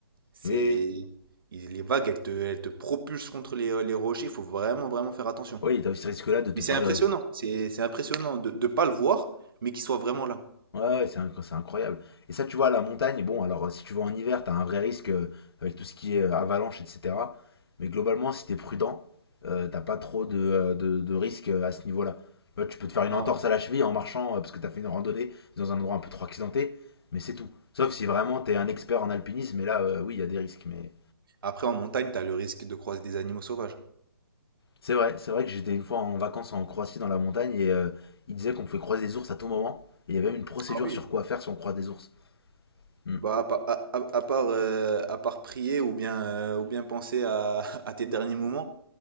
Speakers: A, on the right (about 60°); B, on the left (about 75°).
A: C'est.
B: Oui, oui. oui.
A: il- Les vagues, elles te, elles te propulsent contre les, les rochers. Il faut vraiment, vraiment faire attention.
B: Oui, t'as as ce risque-là de te
A: Mais c'est
B: faire.
A: impressionnant.
B: euh,
A: C'est c'est impressionnant de ne pas le voir, mais qu'il soit vraiment là.
B: Ouais, ouais, c'est inc- c'est incroyable. Et ça, tu vois, à la montagne, bon, alors euh, si tu vas en hiver, t'as un vrai risque euh, avec tout ce qui est euh, avalanche, etc. Mais globalement, si t'es prudent, euh, t'as pas trop de, euh, de, de risques euh, à ce niveau-là. Tu vois, tu peux te faire une
A: Non.
B: entorse à la cheville en marchant euh, parce que t'as fait une randonnée dans un endroit un peu trop accidenté, mais c'est tout. Sauf si vraiment t'es un expert en alpinisme, et là, euh, oui, il y a des risques. Mais
A: Après, en montagne, tu as le risque de croiser des animaux sauvages.
B: c'est vrai, c'est vrai que j'étais une fois en vacances en Croatie dans la montagne et euh, ils disaient qu'on pouvait croiser des ours à tout moment. Et il y avait même une procédure
A: Ah oui,
B: sur quoi faire si on croise des ours. Hmm.
A: Bah, à, pa- à- à- à part, euh, à part prier ou bien, euh, ou bien penser à, <laughs> à tes derniers moments,